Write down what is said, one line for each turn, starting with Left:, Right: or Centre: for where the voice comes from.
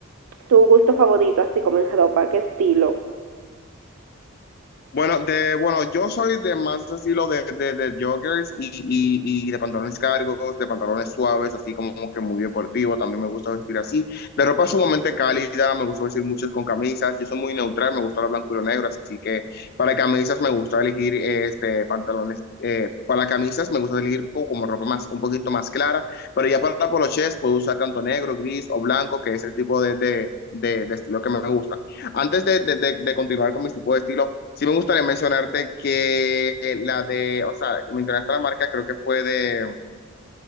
Right: tu gusto favorito, así como en ropa, qué estilo.
Left: Bueno, de, bueno, yo soy de más estilo de, de, de joggers y, y, y de pantalones cargos, de pantalones suaves, así como que muy deportivo. También me gusta vestir así. De ropa sumamente cálida, me gusta vestir muchas con camisas. Yo soy muy neutral, me gusta lo blanco y lo negro. Así que para camisas me gusta elegir eh, este, pantalones. eh, para camisas me gusta elegir co- como ropa más, un poquito más clara. Pero ya para polochés puedo usar tanto negro, gris o blanco, que es el tipo de, de, de, de estilo que me gusta. Antes de, de, de de continuar con mi tipo de estilo, Sí me gustaría mencionarte que la de, o sea, mencionaste la marca, creo que fue de,